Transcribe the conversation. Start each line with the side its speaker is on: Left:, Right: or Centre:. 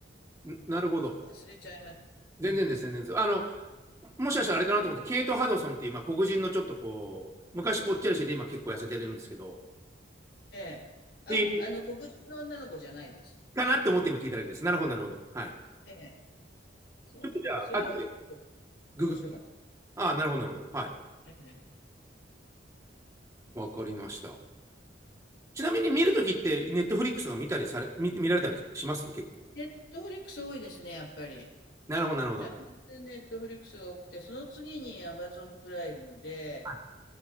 Right: ななるほど。
Left: ちょっと忘れちゃいまし
Right: 全然です、全然です。あの、もしかしたらあれかなと思って、ケイト・ハドソンっていう、まあ、黒人のちょっとこう、昔ぽっちゃりしてて、今結構痩せてるんですけど、
Left: た。ええ。あ、
Right: いい
Left: あの、黒人の女の子じゃないです。
Right: かなって思って今聞いただけです。なるほど、なるほど。はい。
Left: ええ。そうなんです。
Right: ちょっとじゃあ、
Left: それは結構
Right: 後でググって。
Left: 面白かったです。
Right: ああ、なるほど、なるほど。はい。
Left: ええ。
Right: わかりました。ちなみに見るときって、ネットフリックスが見たりされ、見見られたりします結構。
Left: ネットフリックス多いですね、やっぱり。
Right: なるほど、なるほど。
Left: だいぶネットフリックスが多くて、その次にアマゾンプライムで、
Right: はい。